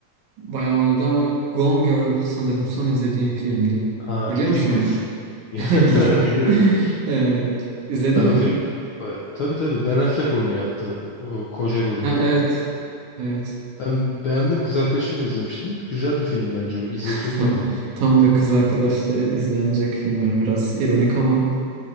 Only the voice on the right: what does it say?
bayağı oldu ama Gone Girl sanırım son izlediğim filmdi.
Biliyor
musun
onu? <laughs>
Gidip-
Ee, izledin
mi?
Ha evet. Evet.
<laughs>
Tam,
tam da kız arkadaşla izlenecek film. Yani biraz ironik ama